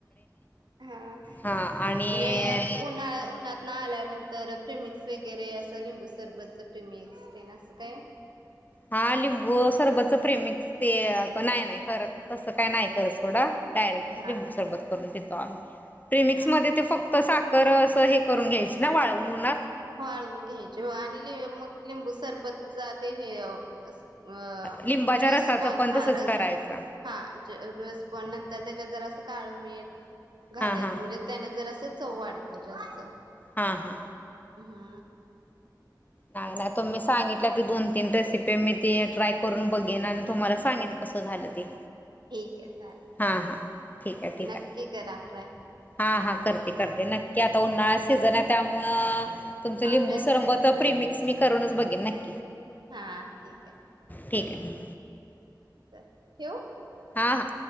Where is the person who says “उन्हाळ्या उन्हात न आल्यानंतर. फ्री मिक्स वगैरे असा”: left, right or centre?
Right